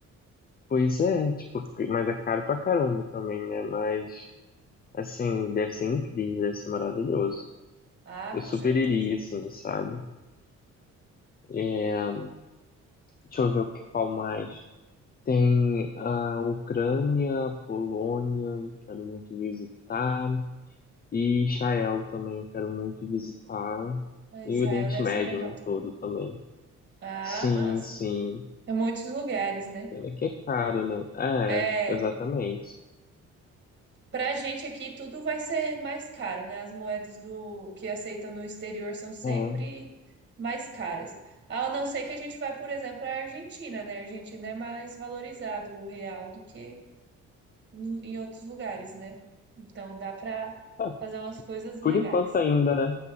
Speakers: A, on the left (about 30°); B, on the right (about 35°).
A: Pois é, tipo, mas é caro pra caramba também, né? Mas, assim, deve ser incrível, deve ser maravilhoso.
B: Ah,
A: Eu super
B: com certeza.
A: iria, assim, sabe? É, deixa eu ver o que- qual mais. Tem a Ucrânia, Polônia, quero muito visitar, e Israel também, eu quero muito visitar,
B: Ah,
A: e
B: Israel
A: o Oriente
B: deve
A: Médio
B: ser legal
A: no
B: também.
A: todo também.
B: Ah,
A: Sim,
B: massa.
A: sim.
B: É muitos lugares, né?
A: Pena que é caro, né? É,
B: É,
A: exatamente.
B: pra gente aqui tudo vai ser mais caro, né? As moedas do que aceitam no exterior são sempre
A: É.
B: mais caras. Ao não ser que a gente vai, por exemplo, à Argentina, né? A Argentina é mais valorizado o real do que no- em outros lugares, né? Então dá pra
A: Ah,
B: fazer umas coisas
A: por
B: legais.
A: enquanto ainda, né?